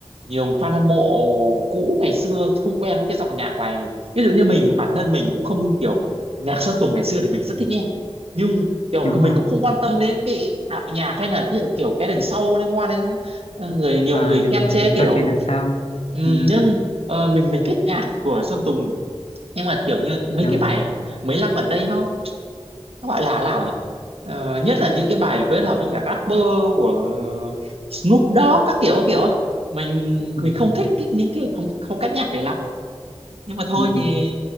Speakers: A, on the right; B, on the left.
A: nhiều fan hâm mộ cũ ngày xưa không quen cái dòng nhạc này ví dụ như mình bản thân mình cũng không kiểu nhạc Sơn Tùng ngày xưa thì mình rất thích nghe nhưng kiểu
B: đúng
A: mình
B: rồi
A: cũng không quan tâm đến cái đạo nhạc hay là cái, kiểu cái đằng sau liên quan đến ờ, người nhiều
B: à,
A: người
B: được
A: khen
B: rồi
A: chê kiểu
B: câu chuyện đằng sau
A: Ừm,
B: ừ,
A: nhưng ờ, mình mình thích nhạc của Sơn Tùng nhưng mà kiểu như mấy
B: được
A: cái bài mấy năm gần đây nó nó gọi là nào nhỉ Ờ, nhất là những cái bài kết hợp với những cả rapper của Snoop Dogg các kiểu các kiểu á. mình
B: ừ,
A: mình không thích cái, những cái phong, phong cách nhạc này lắm nhưng mà thôi
B: ừ,
A: thì